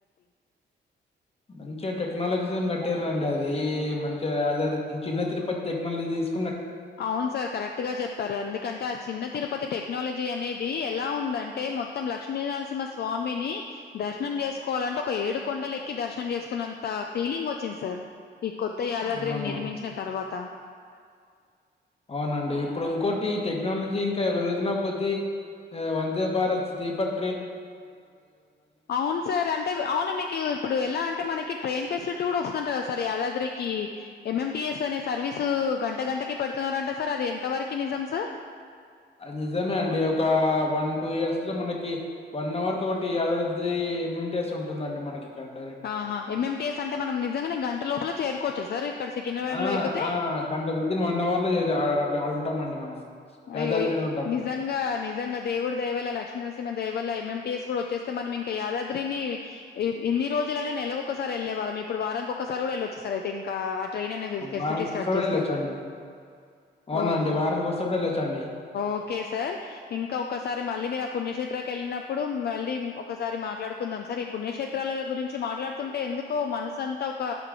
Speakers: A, on the left (about 30°); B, on the left (about 60°).
A: మంచిగా టెక్నాలజీ తోని కట్టిర్రండి అది మంచిగా యాదాది చిన్న తిరుపతి టెక్నాలజీస్
B: అవును సార్ కరెక్ట్ గా చెప్పారు ఎందుకంటే ఆ చిన్న తిరుపతి టెక్నాలజీ అనే ది ఎలా ఉందంటే మొత్తం లక్ష్మీనరసింహ స్వామిని దర్శనం చేసుకోవాలంటే ఒక ఏడు కొండలు ఎక్కి దర్శనం చేసుకున్నంత ఫీలింగ్ వచ్చింది సార్ ఈ కొత్త
A: అవును
B: యాదాద్రిని నిర్మించిన తర్వాత <inaudible>
A: అవునండి ఇప్పుడు ఇంకోటి టెక్నాలజీ ఇంకా పెరుగుతున్న కొద్ది ఇగ వంచ భారత్ స్టే పట్
B: అవును సార్ అంటే అవునా మీకు ఇప్పుడు ఎలా అంటే మనకి ట్రైన్ ఫెసిలిటీ కూడా వస్తుందంట కదా సార్ యాదాద్రికి యం యు టి ఎస్ అనే సర్వీసు గంట గంటకి పెడుతున్నారుంట సార్ అది ఎంత వరకి నిజం స
A: నిజమే అండి ఒక వన్ టూ ఇయర్స్ లో మనకి వన్ అవర్ కోటి Yadadri M M T S ఉంటుందండి మనకి ఇక్కడ డైరెక్ట్
B: ఆహా రం యం టి యస్ అంటే మనం నిజంగానే గంట లోపల చేరుకోవచ్చా సార్ ఇక్కడ సికింద్రాబాద్‌లో
A: ఆ
B: ఎక్కితే?
A: ఆ గంట వితిన్ వన్ అవర్ లో చే <unintelligible> గా ఆడుంటామండి మనం
B: అయ్యో
A: యాదాద్రిలో
B: య్
A: ఉంటాం
B: నిజంగా నిజంగా దేవుడి దయవల్ల లక్ష్మీ నరసింహ దయవల్ల మెం టి యస్ కూడొ చేస్తే మనం ఇంక యాదాద్రిని ఇన్ని రోజులైనా నెలకొక్క ఎళ్ళే వాళ్ళం ఇప్పుడు వారానికొక్కసారి కూడా వెళ్ళొచ్చు సార్ అయితే ఇంక ఆ ట్రైన్ అనేది ఫెసిలిటీ
A: వారానికి
B: స్టార్ట్
A: ఒకసారి కూడా
B: చేస్తే
A: వెళ్ళొచ్చండి అవునండి
B: ఓ
A: వారానికి ఒకసారి కూడా వెళ్ళొచ్చండి
B: ఓకే సార్ ఇంకా ఒకసారి మళ్ళీ మీరు ఆ పుణ్యక్షేత్ కెళ్ళినప్పుడు మళ్ళీ ఒ క్కసారి మాట్లాడుకుందాం సరి పుణ్యక్షేత్రాల గురించి మాట్లాడుతుంటే ఎందుకో మనసం కే